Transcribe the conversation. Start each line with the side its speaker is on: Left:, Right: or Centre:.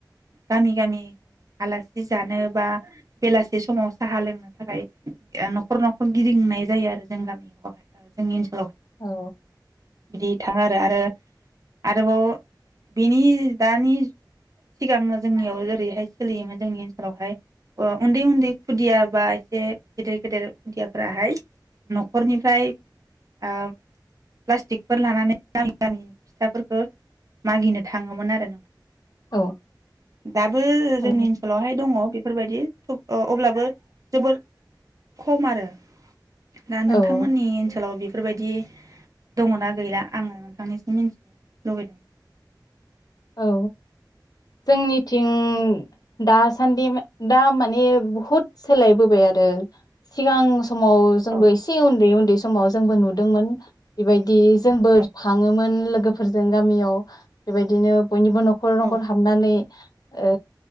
Right: गामि गामि आला सि जानो बा बेलासे समाव साहा लोंनो थाखाय ओ न' खर न' खर गिदिंनाय जायोआरो जों गामिआव जोंनि ओनस
Left: औ
Right: बिदि थाङोआरो आरो-आरोबाव बिनि दानि सिगां जोंनियाव जेरैहाय सोलियोमोन जोंनि ओनसोलावहाय ओ उन्दै उन्दै खुदिया बा एसे गेदेर गेदेर खुदियाफोराहाय न'खरनिफ्राय ओ प्लास्टिकफोर लानानै गामि गामि फिथाफोरखो मागिनो थाङोमोनआरो
Left: औ
Right: दाबो
Left: औ
Right: जोंनि ओनसोलावहाय दङ बेफ बेफोरबायदि खोब ओ अब्लाबो जबोद खमआरो दा
Left: औ
Right: नोंथांमोननि ओनसोलाव बेफ बेफोरबायदि दङना गैला आं नोंथांनिसिम मिन्थिनो लुबै
Left: औ जोंनिथिं दासान्दि दा माने बुहुद सोलायबोबाय आरो सिगां समाव जोंबो
Right: औ
Left: एसे उन्दै उन्दै समाव जोंबो नुदोंमोन बेबायदि जोंबो
Right: औ
Left: थाङोमोन लोगोफोरजों गामियाव बेबायदिनो बयनिबो न'खर न'खर
Right: औ
Left: हाबनानै ओ